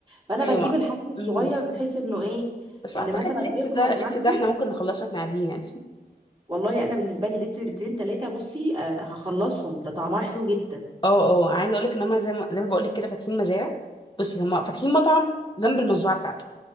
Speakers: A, on the right; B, on the left.
A: فانا
B: ايوه
A: بجيب الحجم الصغير
B: امم
A: بحيث انه ايه
B: بس
A: ان
B: اعتقد
A: مثلا
B: لتر
A: يخلص
B: ده لتر
A: عندي
B: ده احنا ممكن نخلصه واحنا قاعدين يعني
A: والله انا بالنسبه لي لتر لترين ثلاثه بصي آه هخلصهم ده طعمها حلو جدا
B: اه اه عايزه اقول لك ان هم زي ما زي ما بقول لك كده فاتحين مزارع بصي هم فاتحين مطعم جنب المزرعه بتاعته